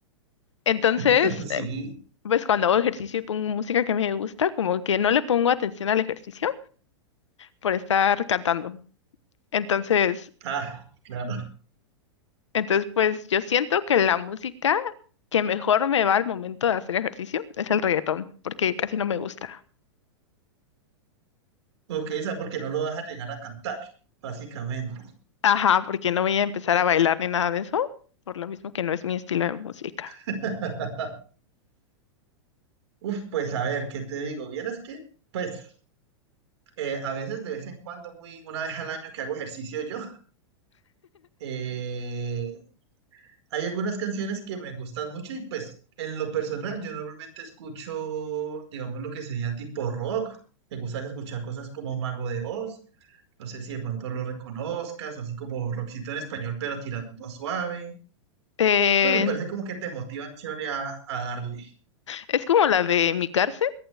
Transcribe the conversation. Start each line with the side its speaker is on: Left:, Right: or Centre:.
Left: Entonces,
Right: <laughs> sí.
Left: eh, pues cuando hago ejercicio y pongo música que me gusta, como que no le pongo atención al ejercicio por estar cantando. Entonces,
Right: Ah, claro.
Left: Entonces, pues yo siento que la música que mejor me va al momento de hacer ejercicio es el reggaetón, porque casi no me gusta.
Right: Ok, o sea, porque no lo vas a llegar a cantar, básicamente.
Left: Ajá, porque no voy a empezar a bailar ni nada de eso, por lo mismo que no es mi estilo de música.
Right: <laughs> Uf, pues a ver, ¿qué te digo? Vieras que, pues, eh, a veces de vez en cuando, muy una vez al año que hago ejercicio yo, <laughs> eh, hay algunas canciones que me gustan mucho y pues en lo personal yo normalmente escucho, digamos, lo que sería tipo rock. Me gusta escuchar cosas como Mago de Oz, no sé si de pronto lo reconozcas, o así como rockcito en español, pero tirando a suave.
Left: Eh,
Right: Pues me parece como que te motivan chévere a, a darle.
Left: es como la de Mi cárcel,